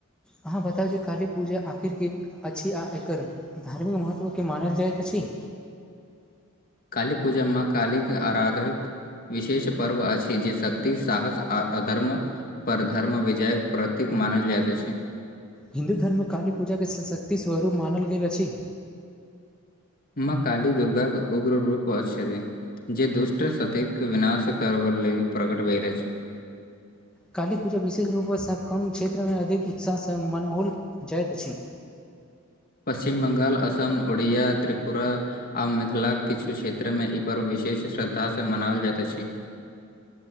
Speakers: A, in the centre; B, on the left (about 40°).
A: अहाँ बताउ जे काली पूजा आखिर किक अछि आ एकर धार्मिक महत्व के मानल जाइत अछि
B: काली पूजा मे मां कालीके आराधक विशेष पर्व अछि जे शक्ति साहस आ अधर्म पर धर्म विजयक प्रतीक मानल जाइत अछि
A: हिन्दू धर्म मे काली पूजा के सशक्तिक स्वरूप मानल गेल अछि
B: मां काली दुर्गाे के उग्र रूप अछि जे दुष्ट सतिक विनाश करब लेल प्रकट भेल रहल अछि
A: काली पूजा विशेष रूपसँ कोन क्षेत्र मे अधिक उत्साहसँ मनाओल जाइत अछि
B: पश्चिम ब्गाल असम ओड़िया त्रिपुरा आब मिथिलाक किछु क्षेत्र मे ई पर्व विशेष श्रद्धासँ मनायल जाइत अछि